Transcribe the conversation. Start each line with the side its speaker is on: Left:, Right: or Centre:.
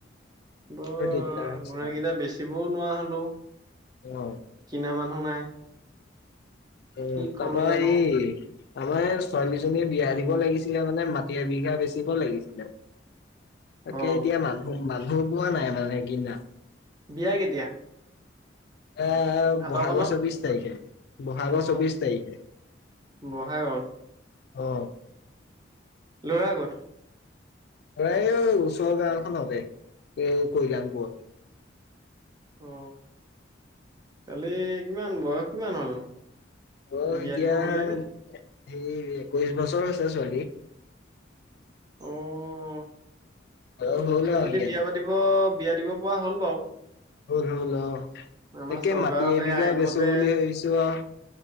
Right: বৰ
Left: অ দিগদাৰ হৈছে
Right: ঘোৰা
Left: আৰু।
Right: কেইটা বেচিবও নোৱাৰা হলো,
Left: অ।
Right: কিনা মানুহ নাই?
Left: এই
Right: কি কৰো
Left: তাপা
Right: জানো
Left: এই আমাৰ ছোৱালীজনী বিয়া দিব লাগিছিলে মানে মাটি এবিঘা বেচিব লাগিছিলে। তাকে
Right: অ
Left: এতিয়া মানুহ মানুহ পোৱা নাই মানে কিনা।
Right: বিয়া কেতিয়া?
Left: এ
Right: ভাদ
Left: ব'হাগৰ
Right: মানত
Left: চৌবিশ তাৰিখে, বহাগৰ
Right: অ
Left: চৌবিশ তাৰিখে।
Right: বহাগত।
Left: অ।
Right: লৰা কত?
Left: প্ৰায় এই ওচৰ গাঁওখনতে এই কল্যাণপুৰত।
Right: অ, কালি কিমান বয়স কিমান হ'লনো?
Left: অ
Right: বিয়া
Left: এতিয়া
Right: দিব হ'লেই নে
Left: সেই একৈশ বছৰ হৈছে ছোৱালী।
Right: অ।
Left: বয়স
Right: একৈশ
Left: হ'ল
Right: বছৰ যদি
Left: আৰু ইয়াতে
Right: বিয়া পাতিব বিয়া দিব পৰা হ'ল বাৰু।
Left: হল হল অ,
Right: আমাৰ
Left: তাকে
Right: চৰকাৰৰ
Left: মাটি
Right: সেই
Left: এবিঘা
Right: আইনমতে
Left: বেচো বুলি ভাবিছো আও।